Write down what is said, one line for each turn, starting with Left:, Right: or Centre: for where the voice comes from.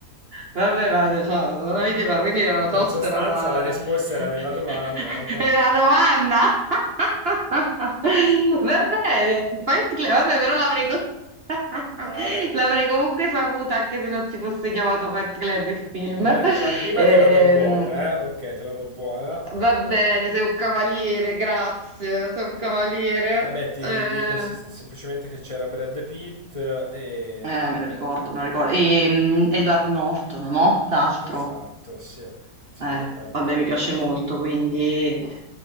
Right: Vabbè, ma cioè, non avete- ma quindi era una
Left: Cioè,
Right: tosta,
Left: in sostanza
Right: era una...
Left: la risposta
Right: <laughs>
Left: era nella domanda, vabbè.
Right: era una domanda? <laughs>
Left: <laughs>
Right: Va bene, Fight Club- vabbè, però l'avrei co- <laughs>
Left: No, vabbè.
Right: l'avrei comunque saputa anche se non si fosse chiamato Fight Club il film.
Left: Vabbè, la prima
Right: Ehm,
Left: te la do buona, eh? Ok, te la do buona.
Right: Va bene, sei un cavaliere, grazie, sei un cavaliere.
Left: Vabbè, ti
Right: Eh,
Left: dico se- se- semplicemente che c'era Brad Pitt e...
Right: eh, me lo ricordo, me lo ricordo. E, mm, Edward Norton, no? L'altro.
Left: Esatto, sì. Sì,
Right: Eh,
Left: che è poi il protagonista.
Right: vabbè, mi piace molto, quindi